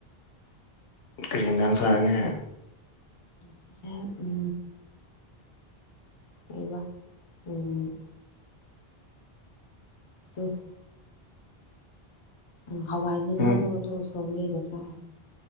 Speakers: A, on the left; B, on the left.
A: ꯊꯔꯤ ꯌꯦꯟꯁꯥꯡ ꯆꯥꯔꯒꯦ
B: ꯁꯤꯁ ꯎ <inaudible> ꯀꯩꯕ ꯎꯝ ꯎꯝ <inaudible> ꯑ ꯍꯋꯥꯏ ꯃꯅꯥꯗꯣ
A: ꯎꯝ
B: ꯑꯗꯨ ꯁꯧꯒꯔꯤꯒ ꯆꯥꯏ